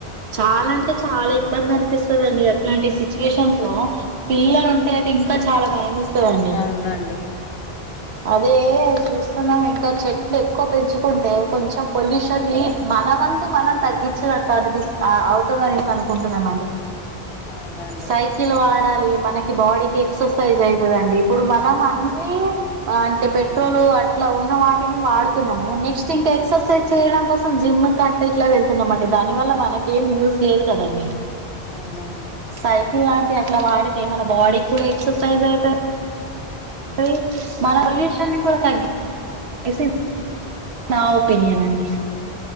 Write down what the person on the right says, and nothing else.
చాలా అంటే చాలా ఇబ్బంది అనిపిస్తుందండి అట్లాంటి సిచ్యువేషన్స్ లో పిల్లలు ఉంటే
అయితే ఇంకా చాలా భయం ఏస్తదండి.
అదే చూస్తున్నాం ఇంకా చెట్లు ఎక్కువ పెంచుకుంటే కొంచ పొల్యూషన్ని
అదంత మనం తగ్గించే అట్లాటిది ఆ అవుతుందనేసి
అనుకుంటున్నామండి
సైకిల్ వా మళ్ళీ మనకి బాడీకి ఎక్ససైజ్ ఐతదండి ఇప్పుడు మనం అన్ని అంటే
పెట్రోలు అట్ల ఉన్ వాటిని వాడుతున్నాము నెక్స్ట్ ఇంకా ఎక్సర్సైజ్ చేయడం కోసం సం జిమ్ కట్ట ఇట్లా వెళ్తున్నాంమండి, దాని వల్ల మనకి ఏం యూజ్ లేదు కదండి.
సైకిల్ లాంటివి అట్ల వాడితే మన బాడీకి కూడా ఎక్సర్సైజ్ అవుతది మళ్ళీ మన ఉల్లిషాన్ని కూడా తగి ఎసిన్ <inaudible> నా ఒపీనియన్ అండి